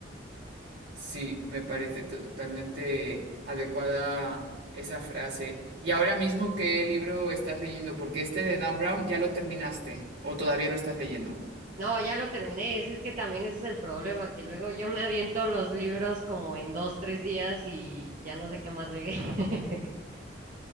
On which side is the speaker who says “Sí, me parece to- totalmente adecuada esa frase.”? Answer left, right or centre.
Right